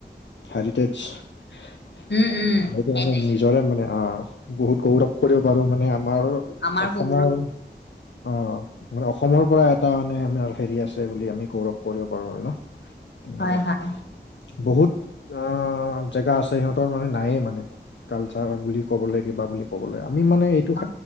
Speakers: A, on the left (about 85°); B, on the left (about 70°).
A: হেৰিটেজ সেইটো
B: উম উম উম সেইটোৱে
A: মানে নিজৰে মানে অ বহুত গৌৰৱ কৰিব পাৰো মানে আমাৰ
B: আমাৰ
A: অসমৰ
B: গৌৰৱ
A: অ মানে অসমৰ পৰা এটা মানে আমাৰ হেৰি আছে বুলি আমি গৌৰৱ কৰিব পাৰো মানে ন তেনেকুৱা
B: হয় হয়
A: বহুত অ জেগা আছে সিহঁতৰ মানে নায়ে মানে কালচাৰ বুলি কবলে কিবা বুলি ক'বলে আমি মানে এই
B: অ